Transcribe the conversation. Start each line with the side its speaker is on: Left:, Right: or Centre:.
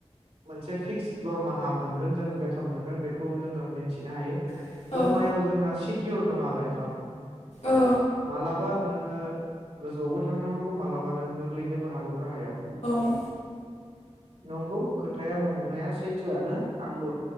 Right: मोनसे फिक्स दरमाहा मोनगोन जों बेथन मोनगोन बेखौ जोंङो मोनथिनो हायो।
Left: बेखौ
Right: दरमायाव
Left: जोङो मिथिनो हायो औ
Right: जोंना सिकियर नंङा लाइफ बान
Left: औ
Right: मालाबा नोंङो गोजौआवबो थांनो हागौ मालाबा नों गोग्लैनोबो हागौ गाहायाव
Left: औ
Right: नंगौ खोथाया नंनाया सैथोआनो आंबो